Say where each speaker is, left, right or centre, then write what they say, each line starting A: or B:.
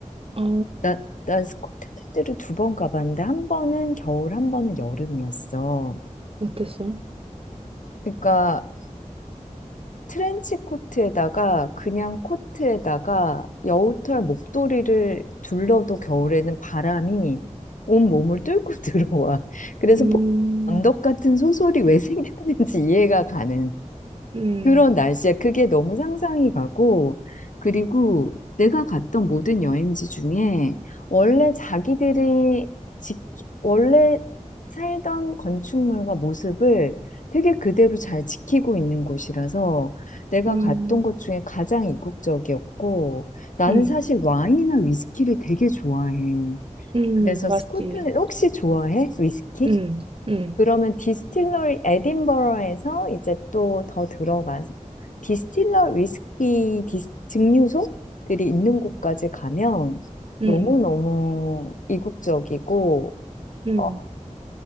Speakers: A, on the right; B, on the left.
A: 아,
B: 나, 난 스코틀랜드를 두 번 가봤는데 한 번은 겨울, 한 번은 여름이었어.
A: 어땠어?
B: 그러니까 트렌치 코트에다가 그냥 코트에다가 여우털 목도리를 둘러도 겨울에는 바람이 온 몸을 뚫고 <laughs> 들어와. 그래서
A: 음,
B: 폭 언덕 같은 소설이 왜 생겼는지 이해가 가는.
A: 음,
B: 그런 날씨야. 그게 너무 상상이 가고, 그리고 내가 갔던 모든 여행지 중에 원래 자기들이 지, 원래 살던 건축물과 모습을 되게 그대로 잘 지키고 있는 곳이라서 내가
A: 음,
B: 갔던 곳 중에 가장 이국적이었고, 나는
A: 음,
B: 사실 와인이나 위스키를 되게 좋아해.
A: 음,
B: 그래서
A: 맛있지.
B: 스코틀랜드 혹시 좋아해? 위스키?
A: 음, 음.
B: 그러면 디스틸러리 에딘버러에서 이제 또 더 들어가서 디스틸러 위스키 디스- 증류소들이 있는 곳까지 가면
A: 음,
B: 너무너무 이국적이고
A: 음,
B: 어,